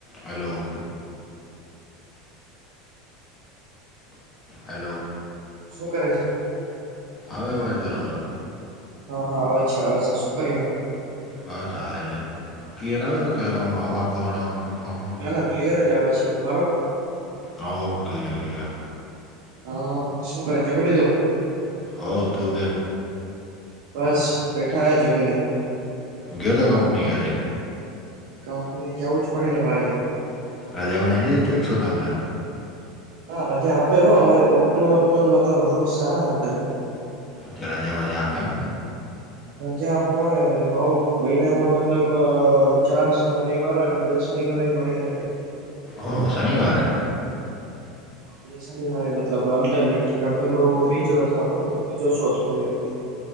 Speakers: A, on the left (about 20°); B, on the right (about 70°).
A: Hello. Hello.
B: શું કરે છે.
A: આવે આવાજ બરોબર.
B: હા હા આવે છે આવે છે શું કરે એમ.
A: બસ હાલે જો ક્લિયર આવે કે હવા <unintelligible>
B: ના ના ક્લિયર જ આવે છે મારો
A: હો ક્લીયર ઈ આ.
B: હા શું કરે છે? જમી લીધું?
A: હો તુ બે.
B: બસ બેઠા હે જમી ને.
A: ગયો તો કંપની એ આજે
B: કંપની એ જાવું જ પડે ને ભાઈ.
A: રજા બજા નહિ દેતા કે સુ તમને?
B: ના રજા આપે હો અમારી કંપનીમાં એમ તો રૂલ સારા હૈ બધાય.
A: ત્યાં રજા બજા આપે એમ.
B: રજા આપે હાઉ મહિનામાં મતલબ અ ચાર સ રવિવાર હોય ને. બે શનિવારે મળે રજા.
A: ઓહો શનિવારે?
B: બે શનિવારે મતલબ અલ્ટરનેટ કા પેલો ત્રીજો અથવા તો બીજો ચોથો એવી રીતે